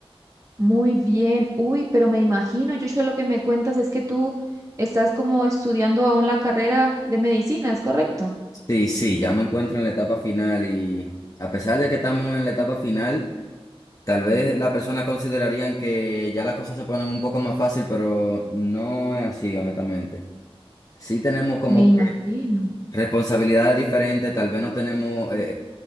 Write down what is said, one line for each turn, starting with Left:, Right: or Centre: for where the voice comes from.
Right: Muy bien. Uy, pero me imagino, Joshua, lo que me cuentas es que tú estás como estudiando aún la carrera de medicina, ¿es correcto?
Left: Sí, sí, ya me encuentro en la etapa final y a pesar de que estamos en la etapa final, tal vez las personas considerarían que ya las cosas se ponen un poco más fácil, pero no es así, honestamente. Sí tenemos como
Right: Me imagino,
Left: que Responsabilidades diferentes, tal vez no tenemos eh,